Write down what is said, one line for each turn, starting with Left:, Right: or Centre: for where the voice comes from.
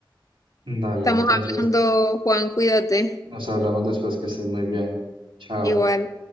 Right: dale,
Left: estamos
Right: entonces
Left: hablando, Juan, cuídate,
Right: nos hablamos después que estés muy bien. Chao.
Left: igual.